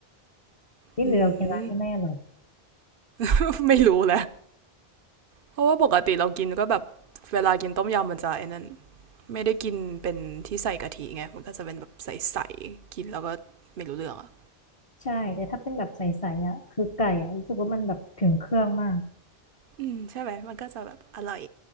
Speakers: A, on the left (about 35°); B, on the right (about 60°).
A: นี่หรือเรากินร้านที่แม่อร่อย
B: อืม <laughs> ไม่รู้แหละ เพราะว่าปกติเรากินก็แบบเวลากินต้มยำมันจะไอ้นั่นไม่ได้กินเป็นที่ใส่กะทิไงมันก็จะเป็นแบบใสๆกินแล้วก็ไม่รู้เรื่องอ่ะ
A: ใช่แต่ถ้าเป็นแบบใสๆอ่ะคือไก่อ่ะรู้สึกว่ามันแบบถึงเครื่องมาก
B: อืมใช่ไหมมันก็จะแบบอร่อย